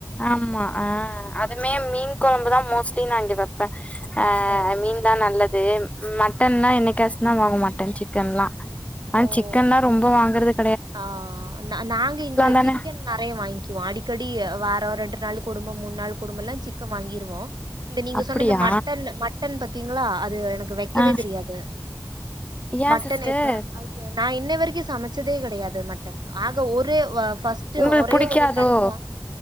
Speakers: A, on the left; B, on the right.
A: ஆமா ஆ அதுமே மீன் கொழம்புதா மோஸ்ட்லி நா இப்டி வைப்ப அ
B: ஓ!
A: மீன் தா நல்லது மட்டன்லா என்னைக்காசு தா வாங்குவோ மாட்டன் சிக்கன்லா ஆனா
B: ஓ!
A: சிக்கன்ல்லா ரொம்ப வாங்குறதுக்
B: ஆ ஆ நா நாங்க இங்க
A: தான
B: சிக்கன் நறைய வாங்கிவோ அடிக்கடி வாரோ ரெண்டு நாள் கொடும மூணு நாள் கொடுமல்லா சிக்க வாங்கிருவோ இந்த நீங்க
A: அப்டியா
B: சொன்ன இந்த மட்டன் மட்டன் பத்தீங்களா அது எனக்கு வைக்கவே
A: ஆ
B: தெரியாது
A: ஏ
B: மட்டன்
A: சிஸ்டர்
B: வைப்ப ஐ நா இன்ன வரைக்கு சமைச்சதே கடையாது மட்டன் ஆக ஒரே வ ஃபஸ் ட்டு
A: உங்களுக்கு
B: ஒரே
A: புடிக்காதோ
B: ஒரு டைம் தா